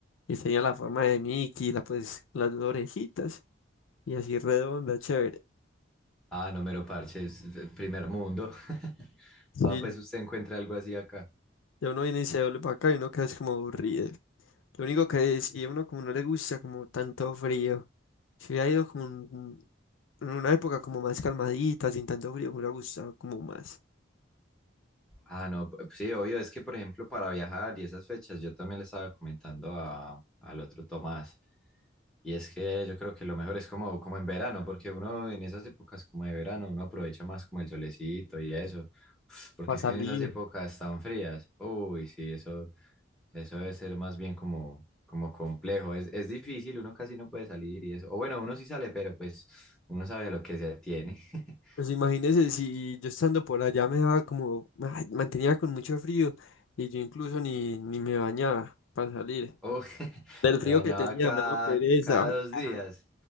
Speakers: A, on the left (about 85°); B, in the centre.
A: Y tenía la forma de Mickey, la, pues, las dos orejitas. Y así redonda, chévere.
B: Ah, no me lo parches, eh, primer mundo. <laughs>
A: Sí,
B: Va, pues
A: ya,
B: usted encuentra algo así acá.
A: ya uno viene y se doble para acá y uno queda es como aburrido. Lo único que es, y a uno como no le gusta como tanto frío. Si hubiera ido como en en una época como más calmadita, sin tanto frío, me hubiera gustado como más.
B: Ah, no, p- sí, obvio, es que por ejemplo para viajar y esas fechas, yo también le estaba comentando a, al otro Tomás. Y es que yo creo que lo mejor es como, como en verano, porque uno en esas épocas como de verano, uno aprovecha más como el solecito y eso, <sniffs> porque
A: Para
B: es
A: salir.
B: que en esas épocas tan frías, uy, sí, eso, eso debe ser más bien como, como complejo, es, es difícil, uno casi no puede salir y eso, o bueno, uno sí sale, pero pues uno sabe a lo que se atiene. <laughs>
A: Pues imagínese si yo estando por allá me daba como, ay, mantenía con mucho frío y yo incluso ni, ni me bañaba para salir.
B: Uy, <laughs>
A: Del frío
B: me bañaba
A: que tenía
B: cada,
A: me daba pereza.
B: cada
A: bañarme.
B: dos días,